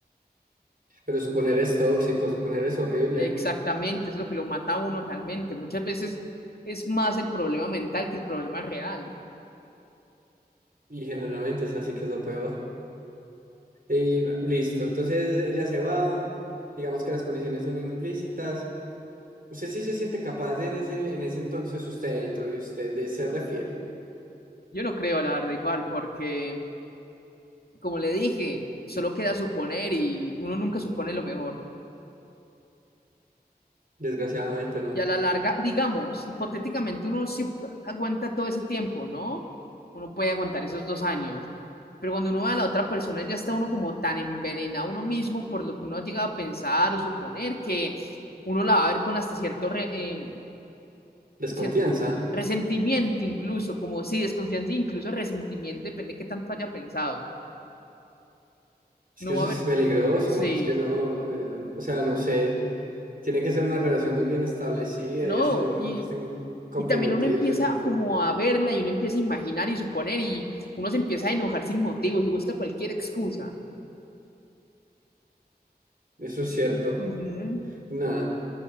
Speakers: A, on the right (about 60°); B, on the left (about 65°).
A: Pero suponer es tóxico, suponer es horrible.
B: Exactamente, es lo que lo mata a uno realmente. Muchas veces es más el problema mental que el problema real.
A: Y generalmente es así que es lo peor. Y listo. Entonces ella se va. Digamos que las condiciones son implícitas. Usted sí se siente capaz de en ese, en ese entonces, usted dentro y usted de serle fiel.
B: Yo no creo, la verdad, igual, porque... como le dije, solo queda suponer y uno nunca supone lo mejor.
A: Desgraciadamente, ¿no?
B: Y a la larga, digamos, hipotéticamente uno siempre aguanta todo ese tiempo, ¿no? Uno puede aguantar esos dos años, pero cuando uno ve a la otra persona ya está uno como tan envenenado uno mismo por lo que uno ha llegado a pensar o suponer que uno la va a ver con hasta cierto, re- eh,
A: Desconfianza.
B: cier- resentimiento incluso, como sí, desconfianza, e incluso resentimiento, depende de qué tanto haya pensado.
A: Es
B: No
A: que eso
B: va a haber,
A: es peligroso.
B: sí.
A: Es que no. eh, o sea, no sé. Tiene que ser una relación muy bien establecida
B: No,
A: y hasta lo mejor
B: y
A: que estén comprometidos
B: Y también uno empieza
A: de alguna forma.
B: como a verla y uno empieza a imaginar y suponer y uno se empieza a enojar sin motivos y busca cualquier excusa.
A: Eso
B: Es-
A: es cierto.
B: Ujú.
A: Nada,